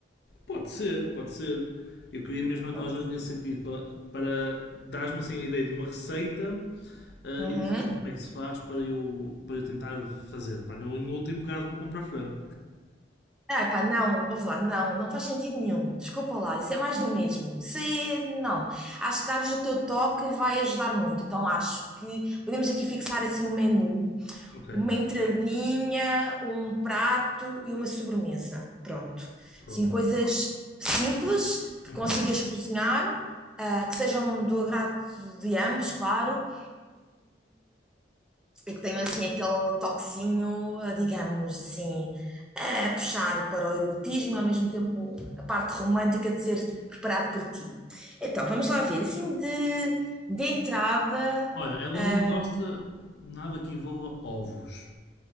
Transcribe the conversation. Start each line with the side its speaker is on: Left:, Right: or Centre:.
Left: Pode ser, pode ser. Eu queria mesmo a
Centre: Pronto.
Left: tua ajuda nesse sentido, para, para dares-me assim uma ideia de uma receita ah,
Centre: Uhum.
Left: e dizes-me como é que se faz para eu, para eu tentar fazer. Pá, no, em último caso vou comprar frango.
Centre: Ah, pá, não, ouve lá, não, não faz sentido nenhum. Desculpa lá, isso é mais do mesmo. Se não. Acho que dares o teu toque vai ajudar muito. Então acho que podemos aqui fixar assim um menu,
Left: Ok,
Centre: uma entradinha, um prato e uma sobremesa. Pronto.
Left: pronto.
Centre: Assim, coisas simples que
Left: Uhum.
Centre: consigas cozinhar, ah, que sejam do agrado de ambos, claro, e que tenho assim aquele toquezinho, eh, digamos assim, a puxar para o erotismo, ao mesmo tempo a parte romântica de ser preparado por ti. Então, vamos lá ver, assim de, de entrada,
Left: Olha, ela não gosta
Centre: hum,
Left: de nada que envolva ovos.